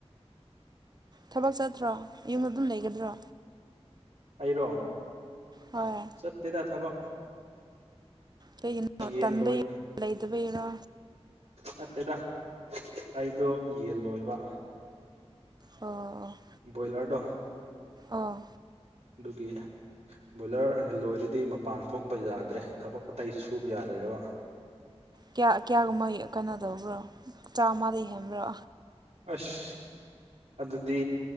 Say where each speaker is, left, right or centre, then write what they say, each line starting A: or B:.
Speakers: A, on the right; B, on the right.
A: ꯊꯕꯛ ꯆꯠꯇ꯭ꯔꯣ ꯌꯨꯝꯗ ꯗꯨꯝ ꯂꯩꯒꯗ꯭ꯔꯣ꯫
B: ꯑꯩꯔꯣ꯫
A: ꯍꯣꯏ꯫
B: ꯆꯠꯇꯦꯗ ꯊꯕꯛ꯫
A: ꯀꯩꯒꯤꯅꯣ
B: ꯌꯦꯟ
A: ꯇꯟꯕꯩ
B: ꯂꯣꯏ
A: ꯂꯩꯇꯕꯩꯔꯣ꯫
B: ꯅꯠꯇꯦꯗ ꯑꯩꯗꯣ ꯌꯦꯟ ꯂꯣꯏꯕ꯫
A: ꯑꯣ ꯑꯣ
B: ꯕꯣꯏꯂ꯭ꯔꯗꯣ
A: ꯑꯥ
B: ꯑꯗꯨꯒꯤ ꯕꯣꯏꯂꯔ ꯂꯣꯏꯔꯗꯤ ꯃꯄꯥꯟ ꯊꯣꯛꯄ ꯌꯥꯗ꯭ꯔꯦ ꯊꯕꯛ ꯑꯇꯩ ꯁꯨꯕ ꯌꯥꯗ꯭ꯔꯦꯕ
A: ꯀꯌꯥ ꯀꯌꯥꯒꯨꯝꯕꯩ ꯀꯩꯅꯣ ꯇꯧꯕ꯭ꯔꯣ ꯆꯥꯃ ꯗꯩ ꯍꯦꯟꯕ꯭ꯔꯣ
B: ꯑꯁ ꯑꯗꯨꯗꯤ